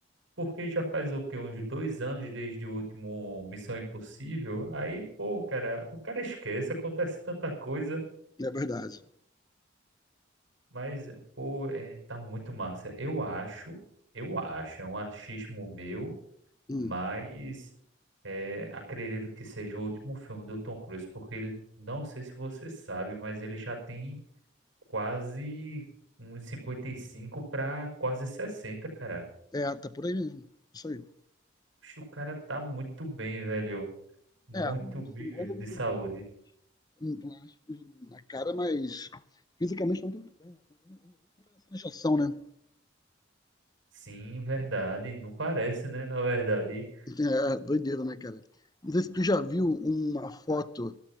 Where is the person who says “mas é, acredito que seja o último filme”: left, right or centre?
Right